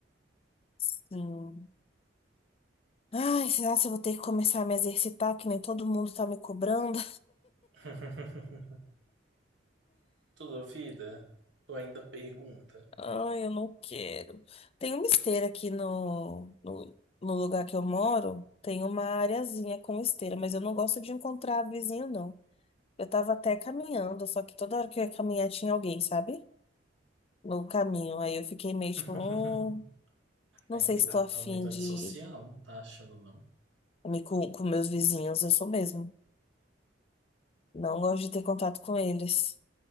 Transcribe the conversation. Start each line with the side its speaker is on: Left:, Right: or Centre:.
Left: sim. Ai, será que eu vou ter que começar a me exercitar, que nem todo mundo tá me cobrando?
Right: <laughs> Tu duvida? Tu ainda pergunta.
Left: Ai, eu não quero. Tem uma esteira aqui no, no, no lugar que eu moro. Tem uma areazinha com esteira, mas eu não gosto de encontrar vizinho, não. Eu tava até caminhando, só que toda hora que eu ia caminhar tinha alguém, sabe? no caminho. Aí eu fiquei meio
Right: <laughs>
Left: tipo, hum, não
Right: Ai,
Left: sei
Right: amiga,
Left: se estou
Right: tu
Left: afim
Right: tá muito antissocial,
Left: de
Right: não tá achando, não?
Left: me com, com meus vizinhos, eu sou mesmo. Não gosto de ter contato com eles.